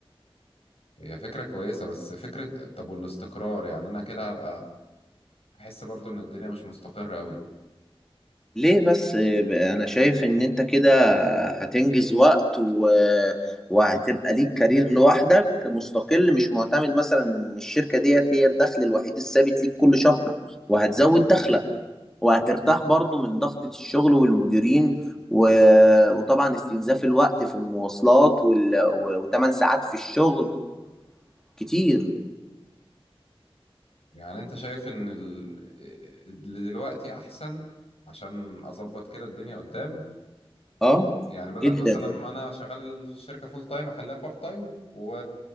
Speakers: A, on the left (about 85°); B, in the centre.
A: <laughs> هي فكره كويسه بس فكره طب والاستقرار يعني انا كده هبقى احس برضو ان الدنيا مش مستقره قوي
B: ليه بس آه، ب- انا شايف ان انت كده هتنجز وقت و... وهتبقى ليك كارير لوحدك مستقل مش معتمد مثلا ان الشركة ديت هي الدخل الوحيد الثابت ليك كل شهر وهتزود دخلك وهترتاح برضو من ضغطة الشغل والمديرين و... وطبعا استنزاف الوقت في المواصلات وال... و... وتمن ساعات في الشغل كتير
A: يعني انت شايف ان ال- اللي دلوقتي احسن عشان اظبط كده الدنيا قدام
B: اه
A: يعني بدل
B: جدا
A: مثلا ما انا شغال في الشركه فول تايم اخليها بارت تايم و...